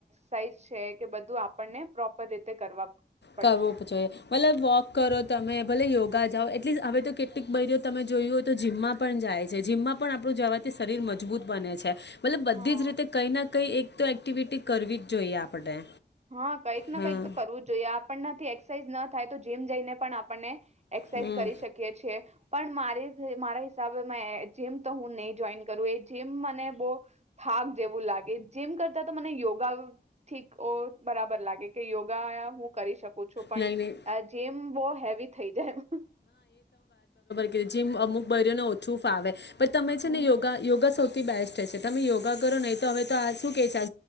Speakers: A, on the right; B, on the left.
A: સાઇઝ છે, કે બધું આપણને પ્રોપર રીતે કરવા પડશે
B: કરવું જોઈએ ભલે વોક કરો તમે ભલે યોગ કા જાઓ એટલી હવે તો કેટલીક બૈરીઓ તમે જોયું હોય તો જીમમાં પણ જાય છે. જીમમાં પણ આપણું જવાથી શરીર મજબૂત બને છે. મતલબ
A: હા
B: બધી જ રીતે કઈ ના કંઈ એક તો એક્ટિવિટી કરવી જ જોઈએ આપણે.
A: હા કંઈક ના
B: હા
A: કંઈક તો કરવું જોઈએ આપ આપણથી એક્સરસાઇઝ ના થાય તો જીમ જઈને પણ આપણને એક્સરસાઇઝ
B: હમ
A: કરી શકીએ છીએ. પણ મા મારા હિસાબે જીમ તો હું નહી જોઈન કરું, એ જીમ મને બહુ થાક જેવું લાગે જીમ કરતા તો મને યોગા થી બરાબર લાગે કે યોગા હું કરી શકું. પૂછું પણ
B: નહીં નહીં
A: જીમ બહ હેવી થઈ જાય એમ
B: કે જેમ અમુક બૈરાઓ ને ઓછું ફાવે પણ તમે
A: હમ,
B: છે ને યોગા યોગા સૌથી બેસ્ટ તમે યોગા કરો નહી તો હવે તો આ શું કે છે.